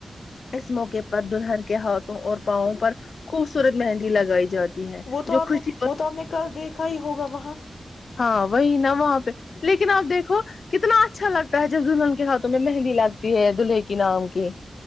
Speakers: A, on the left; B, on the left.
A: اس موقع پر دلہر کے ہاتھوں اور پاؤوں پر خوبصورت مہندی لگائی جاتی ہے
B: وہ تو
A: جو
B: آپ
A: خوشی
B: نے
A: اور
B: وہ تو آپ نے کل دیکھا ہی ہوگا وہاں
A: ہاں وہی نا وہاں پہ لیکن اب دیکھو کتنا اچھا لگتا ہے جب دلہن کے ہاتھوں میں مہندی لگتی ہے دلہے کی نام کی